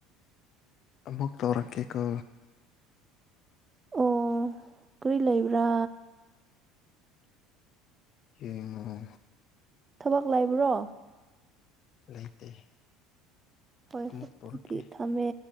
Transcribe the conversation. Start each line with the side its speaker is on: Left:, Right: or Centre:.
Left: ꯃꯨꯛ ꯇꯧꯔꯛ ꯀ ꯀꯥ
Right: ꯑꯣ ꯀꯏ ꯂꯩꯕ꯭ꯔꯥ
Left: ꯌꯦꯡꯉꯣ
Right: ꯊꯕꯛ ꯂꯩꯕ꯭ꯔꯣ
Left: ꯂꯩꯇꯦ
Right: ꯍꯣꯏ
Left: ꯑꯃꯨꯛ
Right: ꯍꯣꯏ ꯑꯗꯨꯗꯤ
Left: ꯇꯧꯔꯛꯀꯦ
Right: ꯊꯝꯃꯦ